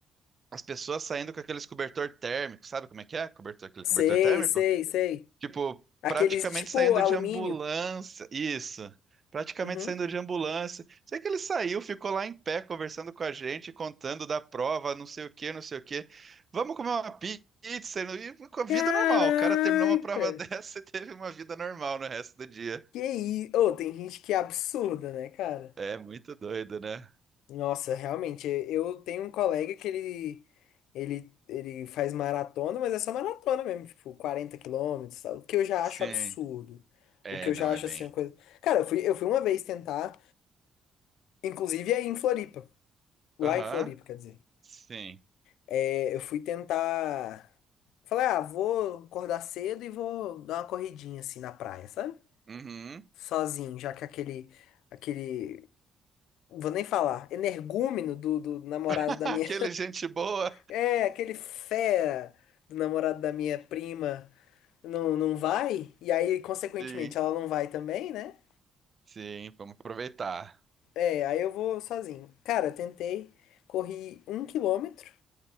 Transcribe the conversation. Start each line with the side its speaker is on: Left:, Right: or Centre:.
Right: as pessoas saindo com aqueles cobertor térmico, sabe como é que é? Cobertor, aquele
Left: Sei,
Right: cobertor térmico?
Left: sei, sei.
Right: Tipo,
Left: Aqueles
Right: praticamente
Left: de, tipo
Right: saindo
Left: alumínio.
Right: de ambulância. Isso. Praticamente
Left: Uhum.
Right: saindo de ambulância. Sei que ele saiu, ficou lá em pé conversando com a gente, contando da prova, não sei o quê, não sei o quê. Vamos comer uma pizza. E com a vida
Left: Caraca!
Right: normal. O cara terminou uma prova <laughs> dessa e teve uma vida normal no resto do dia.
Left: Que isso? Ô, tem gente que é absurda, né, cara?
Right: É muito doido, né?
Left: Nossa, realmente, eu tenho um colega que ele, ele, ele faz maratona, mas é só maratona mesmo, tipo, 40 quilômetros, sabe? O que eu já
Right: Sim.
Left: acho absurdo.
Right: É,
Left: O que eu
Right: não
Left: já
Right: é
Left: acho
Right: bem.
Left: assim, uma coisa. Cara, eu fui, eu fui uma vez tentar, inclusive aí em Floripa, lá
Right: Aham.
Left: em Floripa, quer dizer.
Right: Sim.
Left: É, eu fui tentar. Falei, ah, vou acordar cedo e vou dar uma corridinha assim na praia, sabe?
Right: Uhum.
Left: Sozinho, já que aquele, aquele, vou nem falar, energúmeno do, do namorado
Right: <laughs>
Left: da
Right: Aquele
Left: minha
Right: gente boa.
Left: É, aquele fera do namorado da minha prima não, não vai, e aí, consequentemente,
Right: Sim.
Left: ela não vai também, né?
Right: Sim, vamos aproveitar.
Left: É, aí eu vou sozinho. Cara, eu tentei, corri um quilômetro,